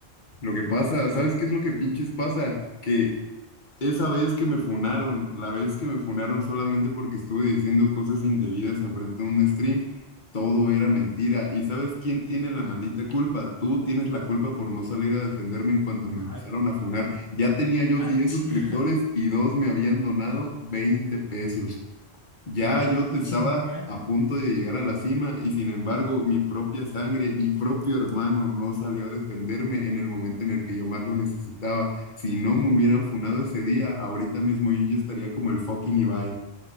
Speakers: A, on the left (about 50°); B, on the right (about 25°).
A: Lo que pasa, ¿sabes qué es lo que pinches pasa? Que esa vez que me funaron, la vez que me funaron solamente porque estuve diciendo cosas indebidas enfrente de un stream, todo era mentira. ¿Y sabes quién tiene la maldita culpa? Tú tienes la culpa por no salir a defenderme en cuanto me
B: Ay,
A: empezaron a funar. Ya tenía yo
B: ay,
A: 10
B: chinga,
A: suscriptores y dos me habían donado 20 pesos. Ya yo te
B: <laughs>
A: estaba
B: chinga.
A: a punto de llegar a la cima y sin embargo mi propia sangre, mi propio hermano no salió a defenderme en el momento en el que yo más lo necesitaba. Si no me hubieran funado ese día, ahorita mismo yo ya estaría como el fucking Ibai.